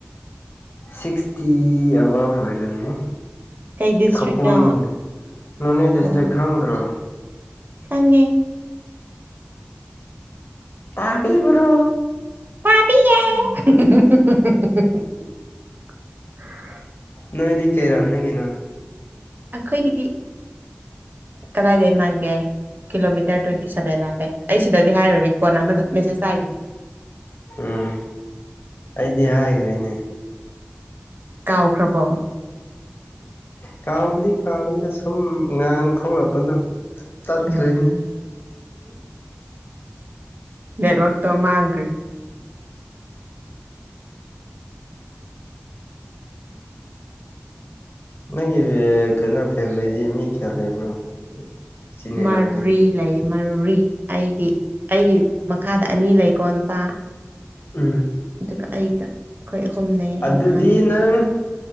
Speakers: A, on the left; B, on the right.
A: ꯁꯤꯁꯇꯤ ꯑꯕꯥꯚ ꯑꯣꯏꯔꯅꯤ
B: ꯀꯩ ꯗꯤꯁꯇ꯭ꯔꯤꯛꯅꯣ
A: ꯈꯧꯄꯨꯝ ꯅꯣꯅꯦ ꯗꯤꯁꯇ꯭ꯔꯤ
B: ꯑꯣ
A: ꯈꯪꯗ꯭ꯔꯥ
B: ꯈꯪꯉꯦ
A: ꯇꯥꯕꯤꯕ꯭ꯔꯣ
B: ꯋꯥꯕꯤꯌꯦ <inaudible>
A: ꯅꯣꯏꯗꯤ ꯀꯩꯔꯝ ꯅ ꯀꯅ
B: ꯑꯩꯈꯣꯏꯒꯤꯗꯤ ꯀꯗꯥꯗꯦ ꯏꯃꯥꯟꯦ ꯀꯤꯂꯣ ꯃꯤꯇꯔ ꯇ꯭ꯋꯦꯟꯇꯤ ꯁꯦꯕꯦꯟꯟꯦ ꯑꯩ ꯁꯤꯗꯗꯤ ꯍꯥꯏꯔꯨꯔꯒꯦ ꯀꯣꯟꯅ ꯑꯃꯗ ꯃꯦꯁꯦꯁ ꯇꯥꯏꯒꯦ
A: ꯎꯝ ꯑꯩꯗꯤ ꯍꯥꯏꯈ꯭ꯔꯦꯅꯦ
B: ꯀꯥꯎꯈ꯭ꯔꯕꯣ
A: ꯀꯥꯎꯕꯗꯤ ꯀꯥꯎꯕꯅꯤꯅ ꯁꯨꯝ ꯉꯥꯡ ꯊꯣꯛꯂꯛꯄꯅꯣ ꯆꯠ
B: ꯎꯝ
A: ꯈꯂꯅꯤ
B: ꯅꯦꯠꯋꯥꯛꯛꯇꯣ ꯃꯥꯡꯈ꯭ꯔꯦ
A: ꯅꯪꯒꯤ ꯀꯩꯅꯣ ꯐꯦꯃꯤꯂꯤꯗꯤ ꯃꯤ ꯀꯌꯥ ꯂꯩꯕ꯭ꯔꯣ ꯏꯆꯤꯟ
B: ꯃꯔꯤ
A: ꯏꯅꯥꯎꯗꯤ
B: ꯂꯩꯌꯦ ꯃꯔꯤ ꯑꯩꯒꯤ ꯑꯩꯒꯤ ꯃꯈꯥꯗ ꯑꯅꯤ ꯂꯩꯀꯣ ꯅꯨꯄꯥ
A: ꯎꯝ
B: ꯑꯗꯨꯒ ꯑꯩꯒ ꯑꯍꯨꯝꯅꯦ ꯑꯩꯅ
A: ꯑꯗꯨꯗꯤ
B: ꯑꯍꯥꯟ
A: ꯅꯪ